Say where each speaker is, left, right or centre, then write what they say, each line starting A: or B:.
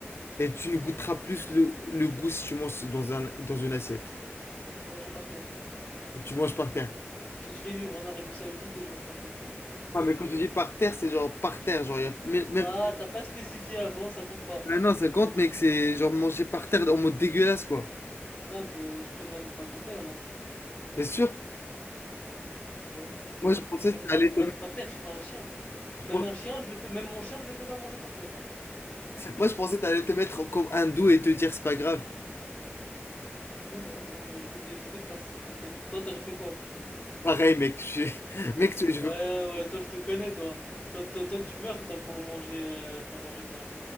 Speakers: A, on the left; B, on the left.
A: Et tu ne goûteras plus le, le goût si tu manges dans un, dans une assiette.
B: je Manger par terre.
A: Quand tu manges par terre.
B: Je vais vivre en Arabie Saoudite et je mange par terre.
A: Ah, mais quand je dis par terre, c'est genre par terre, genre, y a, même,
B: Nah,
A: même-
B: t'as pas spécifié avant, ça compte pas.
A: Ah non, ça compte, mec, c'est genre manger par terre en mode dégueulasse, quoi.
B: Ah bah, je préfère ne pas goûter alors.
A: T'es sûr?
B: Euh, ouais.
A: Moi,
B: Bah oui,
A: je pensais
B: je vais pas
A: que
B: manger
A: ça allait
B: toute
A: te
B: ma vie par terre, je suis pas un chien. Même
A: mettre,
B: un chien, je le fais, même mon chien, je le fais pas manger par terre.
A: Moi, je pensais que t'allais te mettre comme hindou et te dire c'est pas grave.
B: Non, non, moi je- j'ai des, j'ai des principes, t'inquiète. Toi, t'aurais fait quoi?
A: Pareil, mec, je, <laughs> mec, tu- je
B: Ouais,
A: veux.
B: ouais, toi, je te connais, toi. Toi, toi, toi, tu meurs, toi, pour manger, euh, pour manger bien.